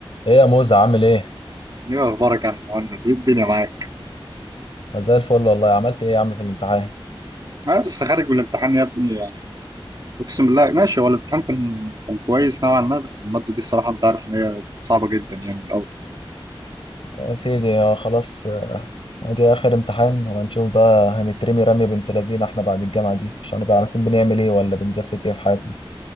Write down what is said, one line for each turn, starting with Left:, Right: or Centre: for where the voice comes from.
Left: ايه يا موزة عامل ايه؟
Right: ايه اخبارك يا عم مهند ايه الدنيا معاك
Left: زي الفل والله عملت ايه يا عم في الامتحان؟
Right: انا لسه خارج من الامتحان يا ابني يعني اقسم بالله ماشي هو الامتحان كان كان كويس نوعا ما بس الماده دي الصراحه انت عارف ان هي صعبه جدا يعني من الاول
Left: يا سيدي آه، خلاص آه، ادي اخر امتحان وهنشوف بقى هنترمي رمية بنت لذينه احنا بعد الجامعة دي مش هنبقى عارفين بنعمل ايه ولا بنزفت ايه في حياتنا